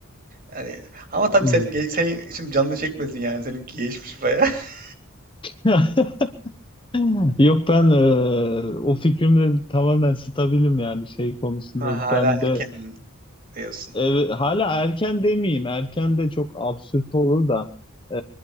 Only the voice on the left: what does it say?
hmm.
<laughs> Yok ben e, o fikrimle tamamen stabilim yani şey konusunda
ben
de
Evet, hala erken demeyeyim. Erken de çok absürt olur da e,